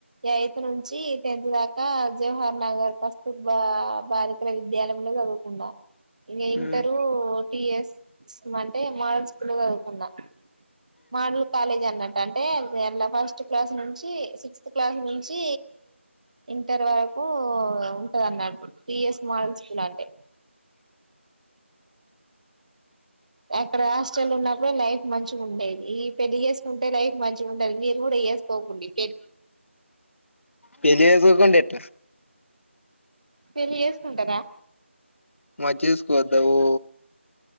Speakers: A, on the right; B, on the left.
A: ఎయితు నుంచి టెన్త్ దాకా జవహర్ నగర్ కస్తూర్బా బాలికల విద్యాలయంలో చదువుకున్నా ఇంగ ఇంటరు
B: ఉమ్.
A: టిఎస్ అంటే మోడల్ స్కూల్లో చదువుకున్నా మోడల్ కాలేజ్ అన్నట్టు అంటే అల్ల ఫస్ట్ ఫస్ట్ క్లాస్ నుంచి సిక్స్త్ క్లాస్ నుంచి ఇంటర్ వరకు కాదన్నాడు టిఎస్ మోడల్ స్కూల్ అంటే అక్కడ హాస్టల్ లో ఉన్నప్పుడు లైఫ్ మంచి గుండేది పెళ్లిచేసుకుంటే లైఫ్ మంచిగ ఉండది మీరు కూడా చేసుకోకుండి పె
B: పెళ్లి చేసుకోకుంటే ఎట్లా
A: పెళ్ళి చేసుకుంటరా
B: మరిచేస్సుకోద్దావు